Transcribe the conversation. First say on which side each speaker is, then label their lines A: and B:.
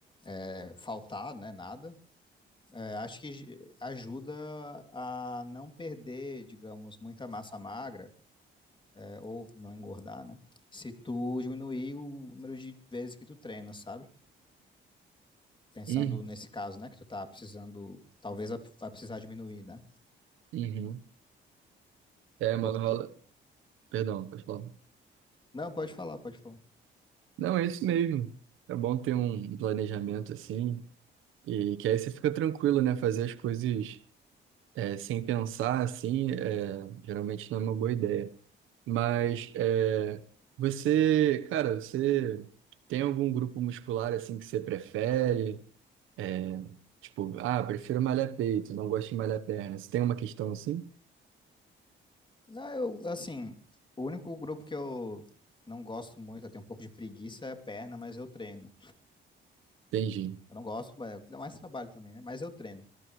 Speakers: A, on the left; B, on the right.
A: é, faltar, né, nada, é, acho que j- ajuda a não perder, digamos, muita massa magra, é, ou não engordar, né, se tu diminuir o número de vezes que tu treina, sabe? Pensando
B: Uhum.
A: nesse caso, né, que tu tá precisando, talvez a- vai precisar diminuir, né?
B: Uhum. É, mano,
A: Porque...
B: rola. Perdão, pode falar.
A: Não, pode falar, pode falar.
B: Não, é isso mesmo. É bom ter um planejamento assim, e que aí você fica tranquilo, né? Fazer as coisas é, sem pensar assim, é, geralmente não é uma boa ideia. Mas é, você, cara, você tem algum grupo muscular assim que você prefere? É, tipo, ah, prefiro malhar peito, não gosto de malhar perna. Você tem uma questão assim?
A: Não, eu, assim, o único grupo que eu não gosto muito, eu tenho um pouco de preguiça, é perna, mas eu treino.
B: Entendi.
A: Eu não gosto, mas dá mais trabalho também, né? Mas eu treino.